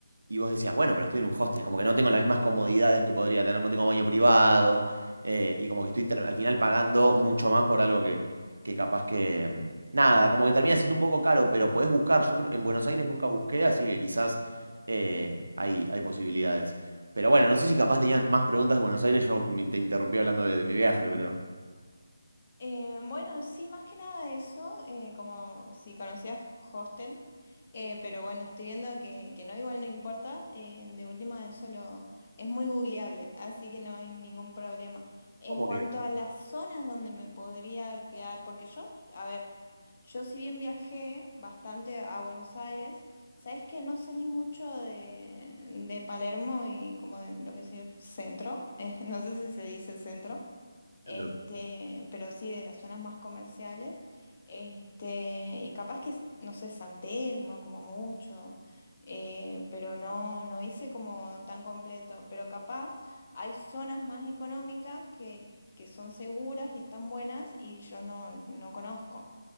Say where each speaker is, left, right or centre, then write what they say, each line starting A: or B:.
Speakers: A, on the right; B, on the left.
A: y vos decías, bueno, pero estoy en un hostel, como que no tengo las mismas comodidades que podría tener, no tengo baño privado, eh, y como que estoy ter- al final pagando mucho más por algo que, que capaz que... mm, Nada, como que termina siendo un poco caro, pero podés buscar. Yo creo- en Buenos Aires nunca busqué, así que quizás eh, hay, hay posibilidades. Pero bueno, no sé si capaz tenías más preguntas de Buenos Aires, yo me- te interrumpí hablando de, de mi viaje, pero...
B: Eh, bueno, sí, más que nada eso, eh, como si conocías hostel. Eh, pero bueno, estoy viendo que, que no, igual no importa. eh, de última, eso lo, es muy googleable, así que no hay ningún problema. En
A: Como
B: cuanto
A: que viste
B: a las zonas donde me podría quedar, porque yo, a ver, yo si bien viajé bastante a Buenos Aires, sabes que no salí mucho de, de Palermo y como de lo que es el centro, <laughs> eh, no sé si se dice centro
A: el
B: este,
A: centro.
B: pero sí de las zonas más comerciales, este, y capaz que, no sé, San Telmo como mucho, eh, pero no, no hice como tan completo, pero capaz hay zonas más económicas que, que son seguras y están buenas y yo no, no conozco.